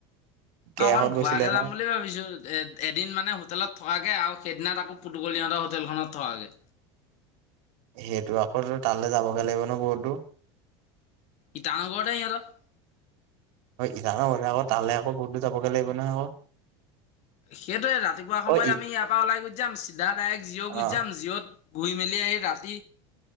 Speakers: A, on the right; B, on the left.
A: কেহত
B: অঁ অকমান
A: গৈছিলে
B: ঘূৰাকে
A: ন
B: যাম বুলি ভাবিছো এ এদিন মানে হোটেলত থকাকে আৰু। সেইদিনাত আকৌ পুটোকলি হোটেলখনত থকাকে।
A: সেইটো আকৌ তালৈ যাবগে লাগিব ন বহুত দূৰ।
B: ইটানগৰত হে সিহঁতৰ।
A: ইটানগৰ আকৌ তালে আকৌ বহুত দূৰ যাবগে লাগিব নহয় আকৌ।
B: সেইটোয়ে ৰাতিপুৱা সময়ত
A: অ ই
B: আমি ইয়াৰ পৰা ওলাই গুচি যাম চিধা ডাইৰেক্ট জিঅ গুচি
A: অ
B: যাম জিঅত ঘূৰি মেলি আহি ৰাতি